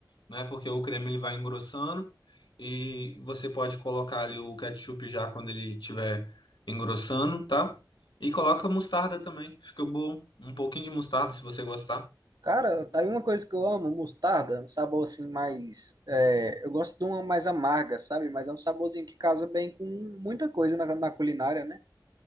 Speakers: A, on the left; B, on the right.
A: né? Porque o creme ele vai engrossando e você pode colocar ali o ketchup já quando ele estiver engrossando, tá? E coloca mostarda também, fica bom. Um pouquinho de mostarda se você gostar.
B: Cara, tá aí uma coisa que eu amo, mostarda, um sabor assim mais. é, eu gosto de uma mais amarga, sabe? Mas é um saborzinho que casa bem com muita coisa na, na culinária, né?